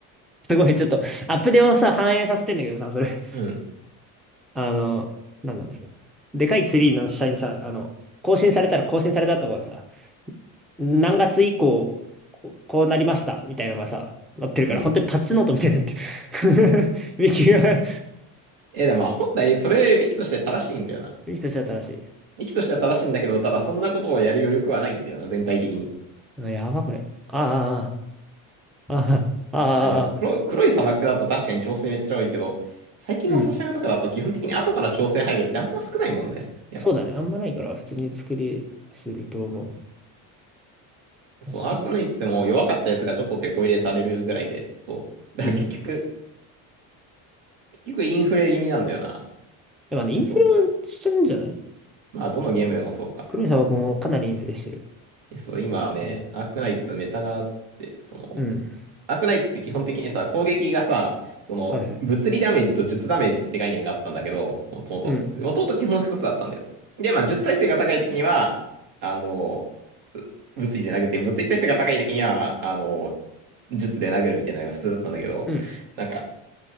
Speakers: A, in the centre; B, on the right.
A: すごい、ちょっと、アップデートをさ、反映させてんだけどさ、それ。
B: うん。
A: あの、なんなんですか。でかいツリーの下にさ、あの、更新されたら更新されたとかさ、何月以降、こうこうなりました、みたいなのがさ、なってるから、
B: うん。
A: 本当にパッチノートみたいになってる。<laughs> ミキが、
B: え、でもまあ本来それ、ウィキとして正しいんだよな。
A: ミキとしては正しい。
B: ウィキとしては正しいんだけど、ただそんなことをやる余力はないんだよな、全体的に。
A: うんやば、これ。ああ、ああ、ああ、
B: あ、でも黒い、
A: ああ、
B: 黒い砂漠だと確かに調整めっちゃ多いけど、最近のソシャゲとかだと基本的に後から調整入るってあんま少ないもんね。
A: うん。
B: やっぱ。
A: そうだね。あんまないから、普通に作りすると思う。
B: そう、
A: あそう。
B: アークナイツでも弱かったやつがちょっと手こ入れされるぐらいで、そう。だから結局、
A: うん。や
B: 結局インフレ気味なんだよな。
A: っぱね、
B: でそう。
A: インフレはしちゃうんじゃない
B: まあどのゲームでもそうか。
A: 黒い砂漠もかなりインフレしてる。
B: え、そう、今ね、
A: うん。
B: アークナイツメタがあって、その、
A: うん
B: アークナイツって基本的にさ、攻撃がさ、その、
A: はいはい。
B: 物理ダメージと術ダメージって概念があったんだけど、もともと。
A: うん。
B: もともと基本2つあったんだよ。で、まあ、術耐性が高い時には、あの、う物理で殴って、物理耐性が高い時には、あの、術で殴るみたいなのが普通だったんだけど、
A: うん。
B: なんか、